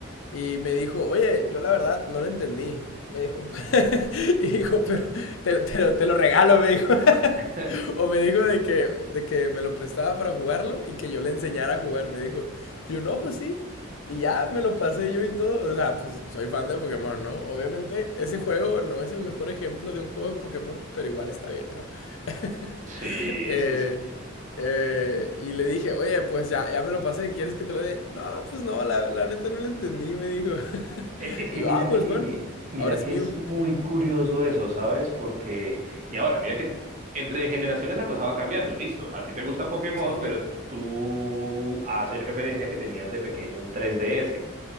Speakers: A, on the left; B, on the right.
A: y, me dijo, oye, yo la verdad no lo entendí. Me dijo, <laughs> y dijo, pero te, te, lo, te lo regalo, me dijo. <laughs>
B: <laughs>
A: O me dijo de que, de que me lo prestaba para jugarlo y que yo le enseñara a jugar. Me dijo, y yo, no, pues sí. Y ya me lo pasé yo y todo. O sea, pues soy fan de Pokémon, ¿no? Obviamente, ese juego no es el mejor ejemplo de un juego de Pokémon, pero igual está bien, ¿no? <laughs>
B: Sí,
A: Eh,
B: sí, sí.
A: eh, y le dije, oye, pues ya, ya me lo pasé, ¿quieres que te lo dé? No, pues no, la, la neta no lo entendí, me dijo. <laughs>
B: E- Es que
A: Y yo,
B: mira
A: ah, pues
B: que,
A: bueno,
B: mira
A: ahora es
B: que
A: mío.
B: es muy curioso eso, ¿sabes? Porque, y ahora, mira que entre generaciones la cosa va cambiando, listo. A ti te gusta Pokémon,
A: Sí.
B: pero tú haces referencia que tenías de pequeño un 3DS.